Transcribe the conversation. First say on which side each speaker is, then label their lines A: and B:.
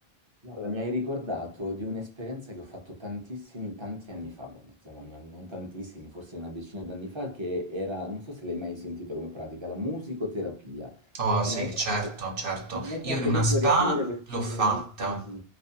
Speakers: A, on the right; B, on the right.
A: Guarda, mi hai ricordato di un'esperienza che ho fatto tantissimi, tanti anni fa, boh, diciamo, non non tantissimi, forse una decina d'anni fa, che era, non so se l'hai mai sentita come pratica, la musicoterapia.
B: Oh
A: Mi
B: sì,
A: hai fatto,
B: certo, certo.
A: mi hai
B: Io
A: fatto
B: in una
A: proprio
B: spa
A: riaprire questo,
B: l'ho fatta.
A: questo-